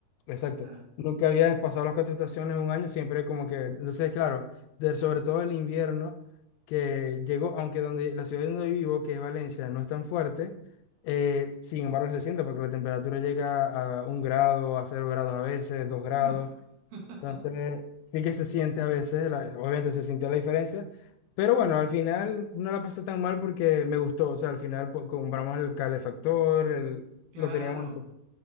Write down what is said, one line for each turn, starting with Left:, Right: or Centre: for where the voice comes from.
Left: Exacto.
Right: claro.
Left: Nunca había pasado las cuatro estaciones un año, siempre como que, entonces, claro, de- sobre todo el invierno que llegó, aunque donde la ciudad donde vivo, que es Valencia, no es tan fuerte, eh, sin embargo se siente porque la temperatura llega a un grado, a cero grados a veces, dos grados.
Right: Uf. <laughs>
Left: Entonces, sí que se siente a veces, la- obviamente se sintió la diferencia, pero bueno, al final no la pasé tan mal porque me gustó, o sea, al final po- compramos el calefactor, el-
Right: Claro,
Left: lo teníamos en su-